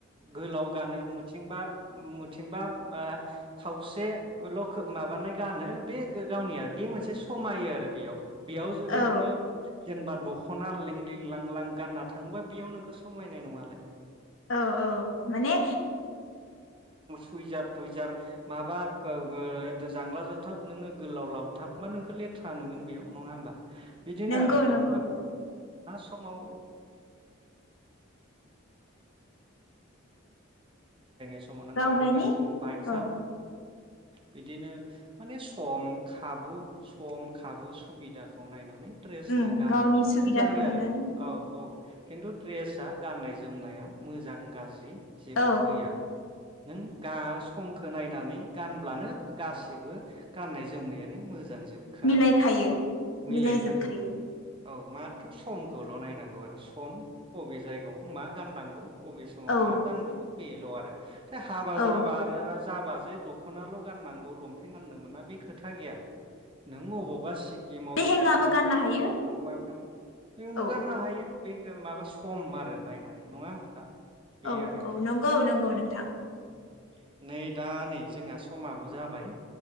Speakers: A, on the right; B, on the left.
A: गोलाव गानो मुथिंबा मुं थिंबा बा खावसेल' खोब माबानाय गानो बे गावनि आरो बे मोनसे समायो आरो बेयाव। बेयाव जुदि
B: औ
A: नोङो जेनबाद दख'ना लिं लिं लां लां गानना थाङोबा बेयाव नोंखौ समायनाय नङालाय।
B: औ औ माने।
A: सुइजाब सुइजार माबा ओ जांला जाथाब नोङो गोलाव लाव थाबबा नोंखौ लेथ्रा नुगोन बेयाव नङा होमबा। बिदिनो
B: नंगौ
A: आरो नों
B: नंगौ नंगौ
A: समाव समाव नों
B: गाव
A: गारि
B: गायनि
A: गाख <unintelligible> बाइक।
B: औ
A: बिदिनो माने सम खाबु सम खाबु सुबिदा खौ नायनानै । ड्रेसखौ
B: उम
A: गानब्लानो
B: गावनि सुबिदाखौ
A: जायो आरो
B: नायनानै
A: औ औ किन्थु फ्रेस दा गाननाय जोमनाया मोजां गाज्रि जेबो
B: औ
A: गैया। नों गा समखो नायनानै गानब्लानो गासैबो गाननाय जोमनायानो मोजां जोबखा
B: मिलायखायो
A: आरोखि मिलायखायो
B: मिलायजोबखायो।
A: औ औ माथ्र समखौल' नायनांगौ आरो, सम बबे जायगायाव मा गाननांगौ बबे समाव
B: औ
A: मा गाननांगौ बेल' आरो देह
B: औ
A: जाबानो जाबा जे दख'नाल' गाननांगौ लंपेन्ट गाननो मोना बे खोथा गैया नों अबावबा सि गेमाव
B: लेहेंगाबो
A: बेरायनो थांबाय
B: गाननो
A: अबावबा
B: हायो
A: मायावबा थांबाय बेयाव
B: औ
A: गाननो हायो। बे माबा सम आरो नायनानै नङा दा बे
B: औ
A: आरोखि
B: औ नंगौ नंगौ
A: औ उम।
B: नोंथां
A: नै दा नै जोंहा समाबो जाबाय